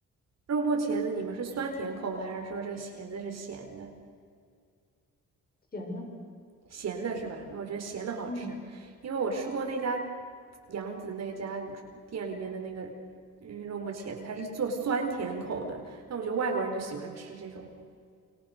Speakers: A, on the right (about 60°); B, on the left (about 30°).
A: 肉末茄子你们是酸甜口的，还是说这个茄子是咸的？
B: 咸的。
A: 咸的是吧？那我觉得咸的好吃，
B: 嗯，
A: 因为我吃过那家杨子那家店里面的那个嗯肉末茄子，它是做酸甜口的，但我觉得外国人就喜欢吃这种，